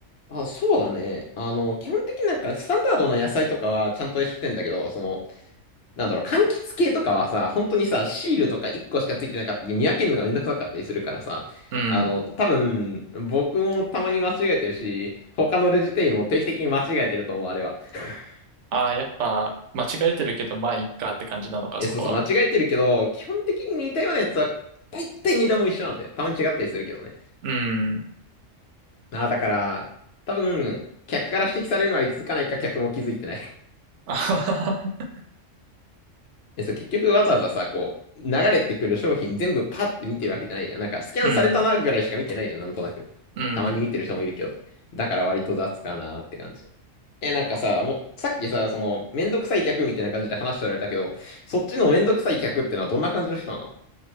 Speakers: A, on the left; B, on the right.
A: あ、そうだね。あの、基本的になんかスタンダードな野菜とかはちゃんとしてんだけど、その、なんだろう、柑橘系とかはさ、本当にさ、シールとか1個しかついてなかったり、見分けるのがめんどくさかったりするからさ、
B: うん。
A: あの、多分、僕もたまに間違えてるし、他のレジ店員も定期的に間違えてると思う、あれは。<laughs>
B: ああ、やっぱ間違えてるけど、まあいいかって感じなのか、
A: え、
B: そこは。
A: そうそう、間違えてるけど、基本的に似たようなやつは、大体値段も一緒なんだよ。たまに違ったりするけどね。
B: うん。
A: ああ、だから、多分、客から指摘されるのは気づかないか、客も気づいてない。
B: <laughs>
A: え、そう、結局わざわざさ、こう、流れてくる商品全部パッて見てるわけじゃないじゃん。なんか、スキャンされたなぐらいしか見てないじゃん、
B: うん。
A: なんとなく。
B: うん。
A: たまに見てる人もいるけど。だから割と雑かなーって感じ。え、なんかさ、もう、さっきさ、その、めんどくさい客みたいな感じで話しておられたけど、そっちのめんどくさい客ってのはどんな感じの人なの